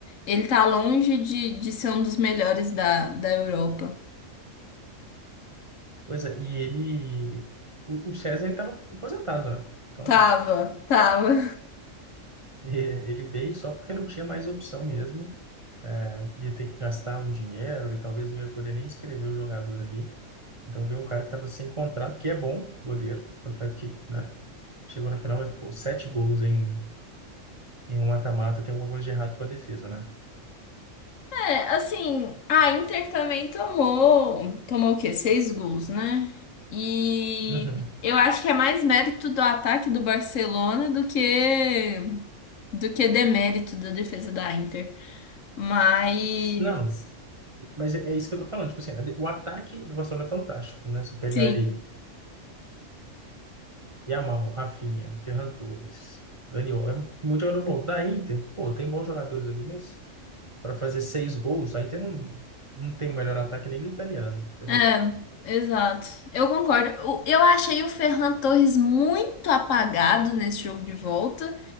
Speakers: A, on the left (about 75°); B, on the right (about 40°).
A: ele tá longe de, de ser um dos melhores da, da Europa.
B: Pois é, e ele. O, o César, ele estava aposentado, né? Então,
A: Tava, tava.
B: e- ele veio só porque não tinha mais opção mesmo. Ia ter que gastar um dinheiro e talvez não ia poder nem inscrever o jogador ali. Então, veio um cara que estava sem contrato, que é bom, goleiro, tanto é que, né? Chegou na final, mas, pô, sete gols em, em um mata-mata, tem alguma coisa de errado com a defesa, né?
A: É, assim, a Inter também tomou, tomou o quê? Seis gols, né? E
B: Uhum.
A: eu acho que é mais mérito do ataque do Barcelona do que do que demérito da defesa da Inter. Mas
B: Não, Mas é é isso que eu tô falando. Tipo assim, né, o ataque do Barcelona é fantástico, né? Você pegar
A: sim,
B: ali Yamal, Rafinha, Ferran Torres, Daniel, é muito jogador bom. Da Inter, pô, tem bons jogadores ali, mas para fazer seis gols, a Inter não, não tem o melhor ataque nem do italiano, entendeu?
A: É, exato. Eu concordo. O- Eu achei o Ferran Torres muito apagado nesse jogo de volta.